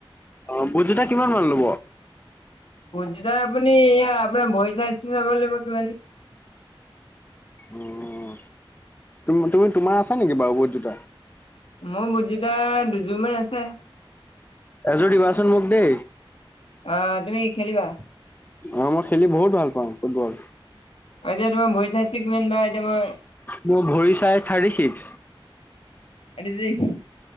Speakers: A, on the left; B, on the left.
A: অ', বুটজোতা কিমান মান ল'ব?
B: বুটজোতা আপুনি, আপোনাৰ ভৰি চাইজটো চাব লাগিব কিমান।
A: অ', তুমি-তোমাৰ আছা নেকি বাৰু বুটজোতা?
B: মোৰ বুটজোতা দুযোৰ মান আছে।
A: এযোৰ দিবাচোন মোক দেই।
B: অ', তুমি কি খেলিবা?
A: অ', মই খেলি বহুত ভাল পাওঁ ফুটবল।
B: এতিয়া তোমাৰ ভৰি চাইজটো কিমান বা এতিয়া মই
A: মোৰ ভৰি চাইজ থাৰ্টি ছিক্স।
B: <unintelligible>